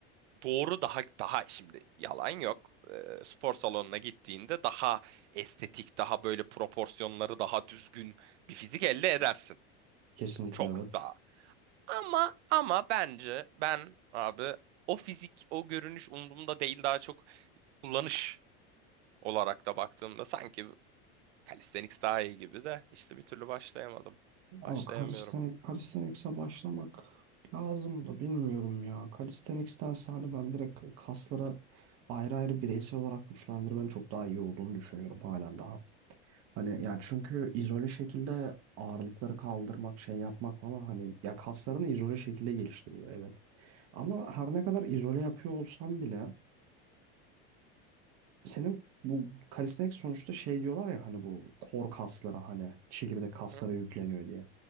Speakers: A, on the right; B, on the right.
A: doğru daha daha şimdi yalan yok. E, spor salonuna gittiğinde daha estetik, daha böyle proporsiyonları daha düzgün bir fizik elde edersin.
B: Kesinlikle
A: Şimdi Çok
B: evet.
A: daha ama ama bence ben abi o fizik o görünüş umurumda değil daha çok kullanış olarak da baktığımda sanki calisthenics daha iyi gibi de işte bir türlü başlayamadım.
B: Ama
A: Başlayamıyorum.
B: calisthenics, calisthenics'e başlamak lazım da bilmiyorum ya. Calisthenics'tense hani ben direkt kaslara ayrı ayrı bireysel olarak güçlendirmenin çok daha iyi olduğunu düşünüyorum halen daha. Hani ya çünkü izole şekilde ağırlıkları kaldırmak, şey yapmak falan hani ya kaslarını izole şekilde geliştiriyor evet. Ama her ne kadar izole yapıyor olsam bile senin bu kalistenik sonuçta şey diyorlar ya hani bu kor kaslara hani çekirdek kaslara
A: Hı hı
B: yükleniyor diye.